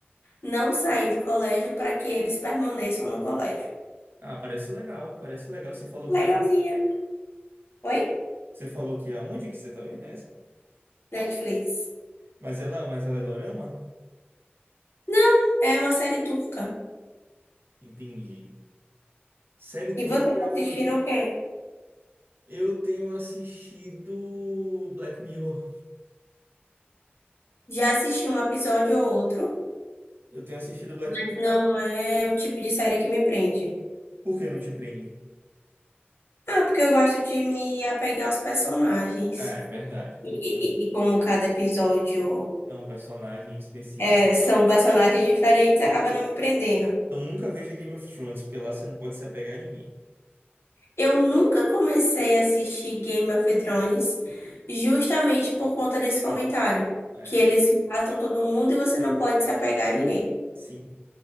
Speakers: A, on the left; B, on the right.
A: não sair do colégio para que eles permaneçam no colégio.
B: Ah, parece legal, parece legal. Você falou
A: Legalzinha.
B: que é, on-
A: Oi?
B: você falou que é onde que você tá vendo essa?
A: Netflix.
B: Mas ela, mas ela é dorama?
A: Não, é uma série turca.
B: Entendi. Série
A: E
B: turca,
A: você tá assistindo
B: eu acho.
A: o quê?
B: Eu tenho assistido Black Mirror.
A: Já assisti um episódio ou outro,
B: Eu tenho assistido Black.
A: mas não é o tipo de série que me prende.
B: Por que não te prende?
A: Ah, porque eu gosto de me apegar aos personagens.
B: Ah, é verdade.
A: E,
B: É
A: e- e como cada episódio
B: é um personagem específico.
A: é, são personagens diferentes, acaba não me prendendo.
B: Então nunca veja Game of Thrones, porque lá você não pode se apegar a ninguém.
A: Eu nunca comecei a assistir Game of Thrones justamente por conta desse comentário,
B: É,
A: que eles matam todo mundo e você não pode se apegar a ninguém.
B: sim.